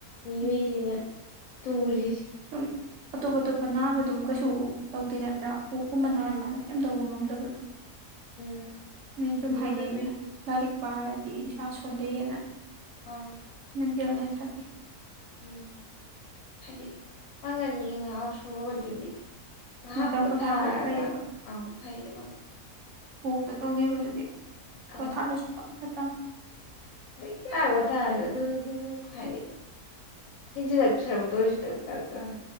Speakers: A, on the left (about 70°); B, on the right (about 65°).
A: ꯃꯤꯃꯩꯁꯤꯅ
B: ꯎꯝ
A: ꯇꯨꯔꯤꯖꯤ
B: ꯁꯨꯝ ꯑꯇꯣꯞ ꯑꯇꯣꯞꯄ ꯅꯥꯕꯗꯨꯝ ꯀꯩꯁꯨ ꯇꯧꯗꯦ ꯅꯠꯇ꯭ꯔꯥ ꯑꯣꯛꯀꯨꯝꯕ ꯅꯥꯔꯀꯥꯟꯗ
A: ꯎꯝ
B: ꯀꯩꯝ ꯇꯧꯕ ꯉꯝꯗꯕꯗꯣ
A: ꯎꯝ
B: ꯃꯤꯅ ꯁꯨꯝ
A: ꯑꯗꯨ
B: ꯍꯥꯏꯅꯩꯗꯅ
A: ꯑꯣꯏꯕꯩ
B: ꯂꯥꯏꯔꯤꯛ ꯄꯥꯔꯗꯤ
A: ꯑꯥ
B: ꯏꯁꯥ ꯁꯣꯟꯗꯌꯅ
A: ꯑꯥ
B: ꯃꯦꯟꯇꯦꯟꯅ ꯍꯦꯟ ꯁꯊꯤ
A: ꯎꯝ ꯍꯥꯏꯗꯤ ꯄꯥꯡꯒꯜꯒꯤ ꯉꯥꯏꯍꯥꯛ ꯁꯨꯨꯕꯗꯨꯗꯤ ꯉꯥꯍꯥꯛ
B: ꯉꯥꯛꯇꯪ
A: ꯄꯨꯊꯥꯔꯒ
B: ꯄꯣꯊꯥꯔꯛꯄ ꯐꯩꯌꯦꯕ
A: ꯑꯪꯃꯨꯛ ꯐꯩꯌꯦꯕ
B: ꯀꯣꯛꯇ ꯇꯧꯒꯤꯕꯗꯨꯗꯤ ꯄꯣꯊꯥꯔꯁꯨ
A: ꯑꯪ
B: ꯁꯐꯠ ꯐꯠꯇꯝꯅꯤ
A: ꯍꯣꯏ ꯀꯌꯥ ꯋꯥꯊꯔꯖꯨ ꯑꯗꯨꯝ ꯍꯥꯏꯗꯤ ꯍꯦꯟꯖꯤꯜꯂꯛꯄ ꯁꯔꯨꯛꯇ ꯑꯣꯏꯁꯤꯟꯂꯛ ꯇꯥꯏꯞ ꯇꯧꯋꯦ